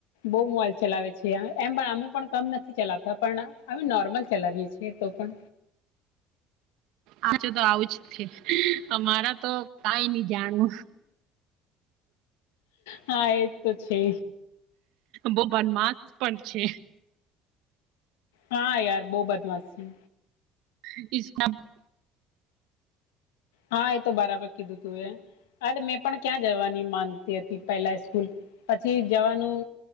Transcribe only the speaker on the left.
બહુ મોબાઈલ ચલાવે છે એમ પણ અમે પણ કમ નથી ચલાવતા પણ અમે નોર્મલ ચલાવીએ છીએ તો પણ.
હા એજ તો છે.
હા યાર બઉ બદમાસ છે.
હા એ તો બરાબર કીધું તું એ, અ મેં પણ ક્યાં જવાની માન હતી પહેલા સ્કૂલ પછી જવાનું